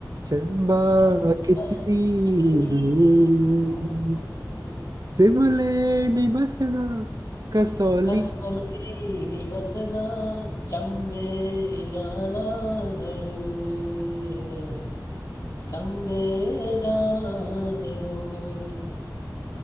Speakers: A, on the right; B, on the left.
A: चंबा
B: चंपा
A: कितनी
B: कितनी
A: दूर
B: दूर।
A: सिमले नहीं बसना कसौली
B: कसौली नहीं बसना चंबे जाना जरूर वे
A: गाना
B: चंबे जाना जरूर